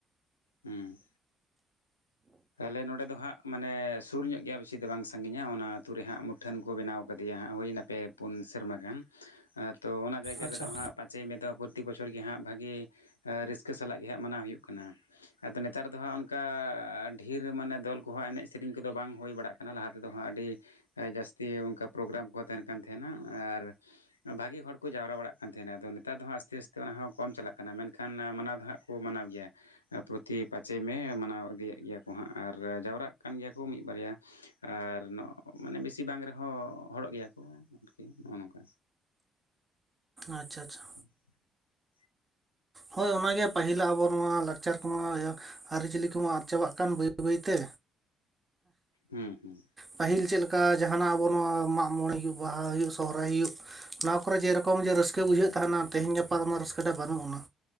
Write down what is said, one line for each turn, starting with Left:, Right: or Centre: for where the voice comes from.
Left: ᱦᱩᱸ ᱛᱟᱦᱞᱮ ᱱᱚᱸᱰᱮ ᱫᱚ ᱦᱟᱸᱜ ᱢᱟᱱᱮ ᱥᱩᱨ ᱧᱚᱜ ᱜᱮᱭᱟ ᱵᱤᱥᱤ ᱫᱚ ᱵᱟᱝ ᱥᱟᱹᱜᱤᱧ ᱟ᱾ ᱚᱱᱟ ᱟᱹᱛᱩ ᱨᱮ ᱦᱟᱸᱜ ᱢᱩᱴᱷᱟᱹᱱ ᱠᱚ ᱵᱮᱱᱟᱣ ᱠᱟᱫᱮᱭᱟ ᱦᱟᱸᱜ ᱦᱩᱭ ᱱᱟ ᱯᱮ ᱯᱩᱱ ᱥᱮᱨᱢᱟ ᱜᱟᱱ ᱛᱚ ᱚᱱᱟ ᱡᱟᱭᱜᱟ
Right: ᱟᱪᱪᱷᱟ
Left: ᱨᱮᱫᱚ ᱦᱟᱸᱜ ᱡᱮ ᱢᱮᱫᱫᱷᱟᱣ ᱯᱨᱚᱛᱤ ᱵᱚᱪᱷᱚᱨ ᱜᱮ ᱦᱟᱸᱜ ᱵᱷᱟᱜᱮ ᱨᱟᱹᱥᱠᱟᱹ ᱥᱟᱞᱟᱜ ᱜᱮ ᱦᱟᱸᱜ ᱢᱟᱱᱟᱣ ᱦᱩᱭᱩᱜ ᱠᱟᱱᱟ᱾ ᱟᱫᱚ ᱱᱮᱛᱟᱨ ᱫᱚ ᱦᱟᱸᱜ ᱚᱱᱠᱟ᱾ ᱰᱷᱮᱨ ᱢᱟᱱᱮ ᱫᱚᱞ ᱠᱚᱦᱚᱸ ᱮᱱᱮᱡ ᱥᱤᱨᱤᱧ ᱠᱚᱫᱚ ᱵᱟᱝ ᱦᱳᱭ ᱵᱟᱲᱟᱜ ᱠᱟᱱᱟ᱾ ᱞᱟᱦᱟ ᱛᱮᱫᱚ ᱦᱟᱸᱜ ᱟᱹᱰᱤ ᱡᱟᱹᱥᱛᱤ ᱚᱱᱠᱟ ᱯᱨᱳᱜᱨᱟᱢ ᱠᱚ ᱛᱟᱦᱮᱱ ᱠᱟᱱ ᱛᱟᱦᱮᱱᱟ ᱟᱨ ᱵᱷᱟᱜᱮ ᱦᱚᱲ ᱠᱚ ᱡᱟᱣᱨᱟ ᱵᱟᱲᱟᱜ ᱠᱟᱱ ᱛᱟᱦᱮᱱᱟ ᱟᱫᱚ ᱱᱮᱛᱟᱨ ᱫᱚ ᱦᱟᱸᱜ ᱟᱹᱥ ᱛᱮ ᱟᱹᱥ ᱛᱮ ᱚᱱᱟ ᱦᱚᱸ ᱠᱚᱢ ᱪᱟᱞᱟᱜ ᱠᱟᱱᱟ ᱢᱮᱱ ᱠᱷᱟᱱ ᱢᱟᱱᱟ ᱫᱚ ᱦᱟᱸᱜ ᱠᱚ ᱢᱟᱱᱟᱣ ᱜᱮᱭᱟ ᱯᱨᱚᱛᱤ ᱯᱟᱸᱪᱮ ᱢᱮ ᱢᱟᱱᱟᱣ ᱤᱫᱤᱭᱮᱫ ᱜᱮᱭᱟ ᱠᱚ ᱠᱚ ᱦᱟᱸᱜ ᱟᱨ ᱡᱟᱣᱨᱟᱜ ᱠᱟᱱ ᱜᱮᱭᱟ ᱠᱚ ᱢᱤᱫ ᱵᱟᱨ ᱭᱟ ᱟᱨ ᱢᱟᱱᱮ ᱵᱮᱥᱤ ᱵᱟᱝ ᱨᱮᱦᱚᱸ ᱦᱚᱲ ᱼᱚᱜ ᱜᱮᱭᱟ ᱠᱚ ᱟᱨᱠᱤ ᱱᱚᱜᱼᱚ ᱱᱚᱝᱠᱟ᱾
Right: ᱟᱪᱪᱷᱟ ᱟᱪᱪᱷᱟ
Left: <inaudible>
Right: ᱦᱳᱭ ᱚᱱᱟᱜᱮ ᱯᱟᱹᱦᱤᱞᱟᱜ ᱟᱵᱚ ᱱᱚᱣᱟ ᱞᱟᱠᱪᱟᱨ ᱠᱚᱢᱟ ᱟᱹᱨᱤᱪᱟᱹᱞᱤ ᱠᱚᱢᱟ ᱟᱫ ᱪᱟᱵᱟᱜ ᱠᱟᱱ ᱵᱟᱹᱭ ᱵᱟᱹᱭᱛᱮ
Left: ᱦᱩᱸ ᱦᱩᱸ
Right: ᱯᱟᱹᱦᱤᱞ ᱪᱮᱫ ᱞᱮᱠᱟ ᱞᱮᱠᱟ ᱡᱟᱦᱟᱱᱟᱜ ᱟᱵᱚ ᱱᱚᱣᱟ ᱢᱟᱜ ᱢᱚᱬᱮ ᱦᱩᱭᱩᱜ ᱵᱟᱦᱟ ᱦᱩᱭᱩᱜ ᱥᱚᱦᱨᱟᱭ ᱦᱩᱭᱩᱜ ᱱᱚᱣᱟ ᱠᱚ ᱠᱚᱨᱮ ᱡᱮᱨᱚᱠᱚᱢ ᱡᱮ ᱨᱟᱹᱥᱠᱟᱹ ᱵᱩᱡᱷᱟᱹᱜ ᱛᱟᱦᱮᱱᱟ ᱛᱮᱦᱮᱧ ᱜᱟᱯᱟ ᱚᱱᱟ ᱨᱟᱹᱥᱠᱟᱹ ᱢᱟ ᱵᱟᱹᱱᱩᱜ ᱟᱱᱟ᱾